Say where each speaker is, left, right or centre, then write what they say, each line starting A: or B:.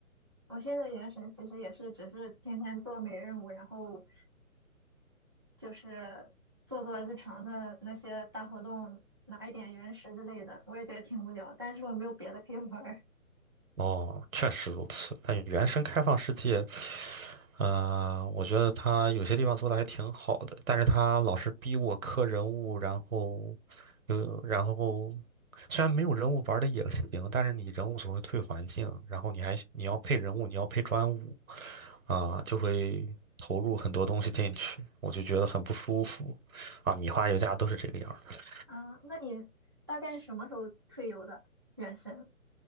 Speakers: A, on the right; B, on the right.
A: 我现在原神其实也是只是天天做每日任务，然后就是做做日常的那些大活动，拿一点原石之类的，我也觉得挺无聊，但是我没有别的可以玩儿。
B: 哦，确实如此。但原生开放世界呃，我觉得他有些地方做的还挺好的，但是他老是逼我磕人物，然后有然后虽然没有人物玩的也行，但是你人物总会退环境，然后你还你要配人物，你要配专武啊，就会投入很多东西进去，我就觉得很不舒服啊。米花游家都是这个样儿的。
A: <laughs> 啊，那你大概什么时候退游的原神？